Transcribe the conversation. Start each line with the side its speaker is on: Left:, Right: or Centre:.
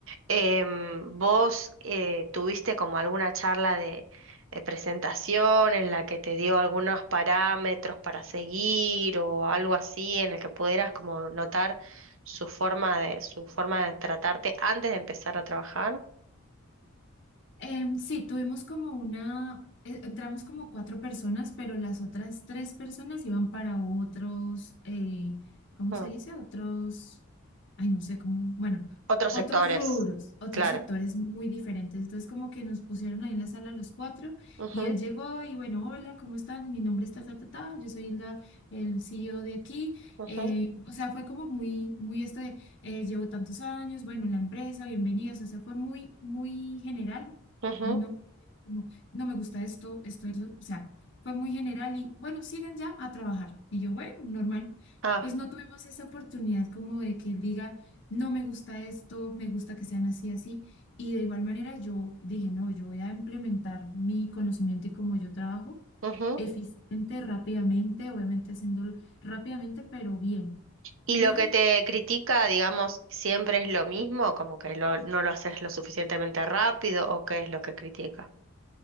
Right: em, ¿vos eh, tuviste como alguna charla de, de presentación en la que te dio algunos parámetros para seguir o algo así en el que pudieras como notar su forma de, su forma de tratarte antes de empezar a trabajar?
Left: Em, sí, tuvimos como una, e- entramos como cuatro personas, pero las otras tres personas iban para otros, eh, ¿cómo
Right: Mm.
Left: se dice? Otros, ay, no sé cómo, bueno,
Right: Otros
Left: otros
Right: sectores,
Left: rubros, otros
Right: claro.
Left: sectores muy diferentes. Entonces, como que nos pusieron ahí en la sala los cuatro
Right: Ujú,
Left: y él llegó y bueno, hola, ¿cómo están? Mi nombre es ta, ta, ta, ta, yo soy la, el CEO de aquí.
Right: ujú,
Left: Eh, o sea, fue como muy, muy esto de eh, llevo tantos años, bueno, la empresa, bienvenidos, o sea, fue muy, muy general,
Right: ujú.
Left: no, como, no me gusta esto, esto, eso, o sea, fue muy general y bueno, sigan ya a trabajar. Y yo, bueno, normal.
Right: Ah,
Left: Pues no tuvimos esa oportunidad como de que él diga, no me gusta esto, me gusta que sean así, así. Y de igual manera yo dije, no, yo voy a implementar mi conocimiento y cómo yo trabajo
Right: ujú.
Left: eficiente, rápidamente, obviamente haciéndolo rápidamente, pero bien.
Right: Y
Left: Y nada,
Right: lo que te critica, digamos, siempre es lo mismo, como que lo- no lo haces lo suficientemente rápido, o qué es lo que critica.